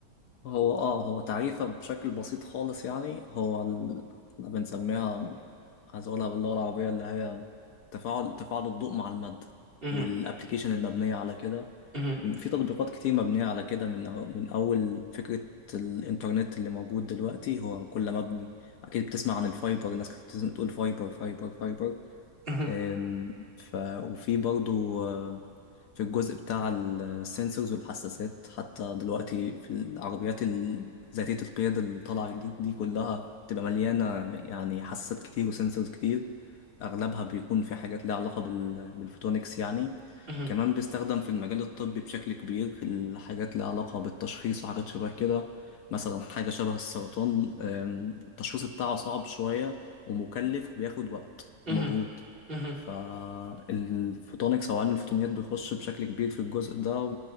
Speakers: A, on the left; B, on the right.
A: هو اه هو تعريفها بشكل بسيط خالص يعني هو ال... احنا بنسميها عايز اقولها باللغة العربية اللي هي تفاعل تفاعل الضوء مع المادة
B: مهم،
A: والابلكيشن المبنية على كده
B: مهم،
A: في تطبيقات كتير مبنية على كده من من أول فكرة الإنترنت اللي موجود دلوقتي هو كله مبني أكيد بتسمع عن الفايبر الناس كانت بتقول فايبر فايبر فايبر
B: مهم،
A: آم، ف وفي برضو آه، في الجزء بتاع السنسورز والحساسات حتى دلوقتي في العربيات ال- ذاتية القيادة اللي طالعة جديد دي كلها بتبقى مليانة يعني حساسات كتير وسنسورز كتير أغلبها بيكون في حاجات ليها علاقة بال- بالفوتونكس يعني
B: مهم،
A: كمان بيستخدم في المجال الطبي بشكل كبير في الحاجات ليها علاقة بالتشخيص وحاجات شبه كده مثلا حاجة شبه السرطان آم، التشخيص بتاعه صعب شوية ومكلف وبياخد وقت
B: مهم،
A: ومجهود
B: مهم،
A: فالفوتونكس أو علم الفوتونيات بيخش بشكل كبير في الجزء ده